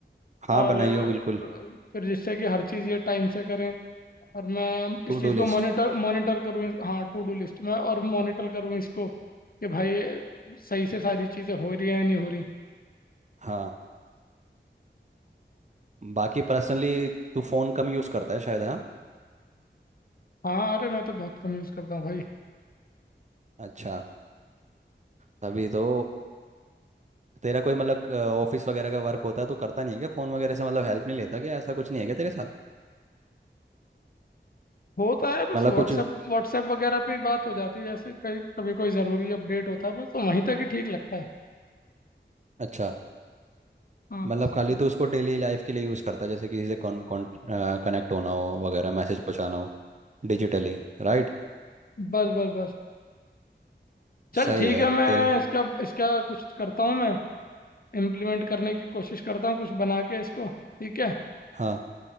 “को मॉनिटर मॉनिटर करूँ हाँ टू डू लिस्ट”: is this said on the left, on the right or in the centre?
Left